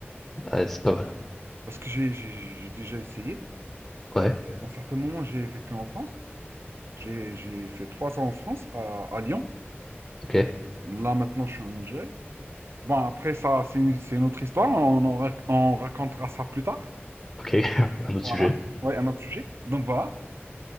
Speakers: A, on the left; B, on the right.
A: Ah, c'est pas mal.
B: parce que j'ai j'ai- j'ai déjà essayé.
A: Ouais,
B: Euh, à un certain moment, j'ai vécu en France. J'ai j'ai fait trois ans en France, à, à Lyon.
A: ok,
B: Là, maintenant, je suis en Algérie. Bon, après, ça, c'est une, c'est une autre histoire. On, en rac- on racontera ça plus tard.
A: ok. <laughs> Un autre
B: Voilà.
A: sujet.
B: Ouais, un autre sujet. Donc, voilà.